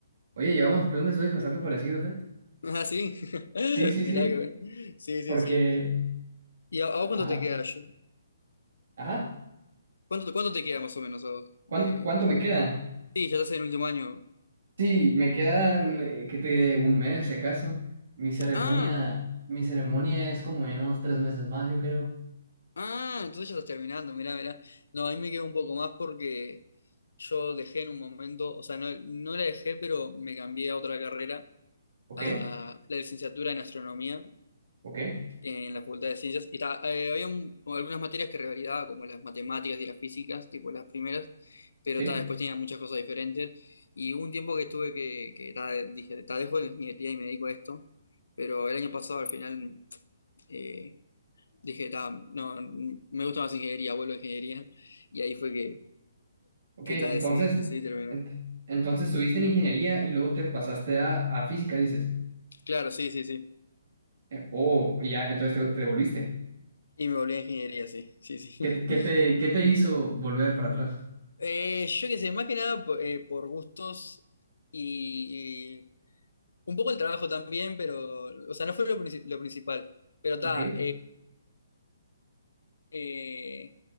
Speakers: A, on the right; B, on the left.
A: Oye, llevamos plan de estudios bastante parecidos, ¿eh?
B: Ah, sí. <laughs>
A: Sí, sí, sí,
B: Mirá que bueno. Sí, sí,
A: porque...
B: sí. ¿Y a, a
A: Ajá,
B: vos cuánto te queda? Yo-
A: ajá.
B: ¿Cuánto, te- cuánto te queda más o menos a vos?
A: ¿Cuánto,
B: De...
A: cuánto me queda?
B: Sí, ya estás en el último año.
A: Sí, me quedan, eh, ¿qué te diré? Un mes, si acaso. Mi ceremonia,
B: Ah,
A: mi ceremonia es como en unos tres meses más, yo creo.
B: ah, entonces ya estás terminando, mirá, mirá. No, a mí me queda un poco más porque yo dejé en un momento, o sea, no, no la dejé, pero me cambié a otra carrera,
A: Ok,
B: a la licenciatura en astronomía.
A: ok,
B: en la Facultad de Ciencias. Y ta- eh, había un- algunas materias que revalidaba, como las matemáticas y las físicas, tipo las primeras, pero
A: sí.
B: ta, después tenía muchas cosas diferentes. Y hubo un tiempo que estuve que, que ta, dije, ta, dejo de ingeniería y me dedico a esto. Pero el año pasado al final eh, dije, ta, no, me gusta más ingeniería, vuelvo a ingeniería. Y ahí fue que,
A: Ok,
B: que
A: entonces,
B: ta, decidí, decidí terminar.
A: ent- entonces estuviste en ingeniería y luego te pasaste a, a física, dices.
B: Claro, sí, sí, sí.
A: Eh, oh, ya, entonces te, te devolviste.
B: Y me volví a ingeniería, sí, sí, sí.
A: ¿Qué, te, qué
B: <laughs>
A: te qué te hizo volver para atrás?
B: Eh, yo qué sé, más que nada po- eh, por gustos y, Un poco el trabajo también, pero, o sea, no fue lo, princi- lo principal. Pero está,
A: Ok.
B: eh,